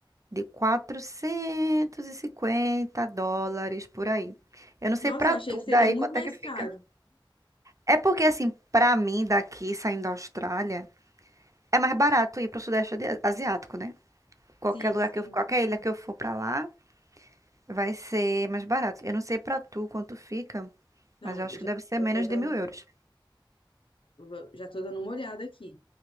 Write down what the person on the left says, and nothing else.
nossa,
eu achei
que seria
muito
mais
caro.
Sim,
sim.
Não,
eu já
vou
até dar
um,
vou- já tô dando uma olhada aqui.